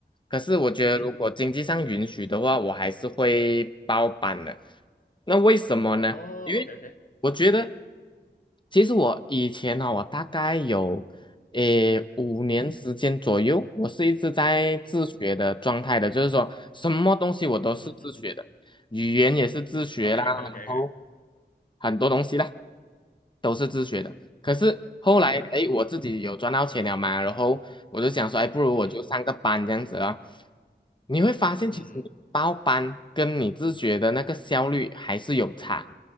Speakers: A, on the left; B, on the left.
A: 可是我觉得，
B: 嗯哼，
A: 如果经济上允许的话，我还是会包办的。那为什么呢？
B: 哦，OK
A: 因为我觉得，
B: OK，
A: 其实我以前呢、我大概有诶五年时间左右，我是一直在自学的状态的，
B: 嗯哼，
A: 就是说什么东西我都是自学的，
B: 嗯哼哼哼
A: 语言也是自学啦，
B: ，OK OK OK
A: 然后
B: OK
A: 很多东西啦。都是自学的。可是后来，
B: OK，
A: 哎，我自己有赚到钱了嘛，然后我就想说，哎，不如我就上个班这样子啊。
B: 嗯哼
A: 你会发现，
B: 嗯哼。
A: 其实你报班跟你自学的那个效率还是有差。